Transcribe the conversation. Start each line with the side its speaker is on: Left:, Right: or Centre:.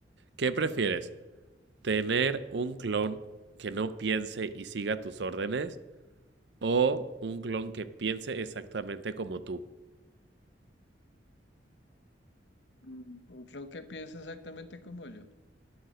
Right: ¿qué prefieres? ¿Tener un clon que no piense y siga tus órdenes o un clon que piense exactamente como tú?
Left: Mm, Un clon que piensa exactamente como yo.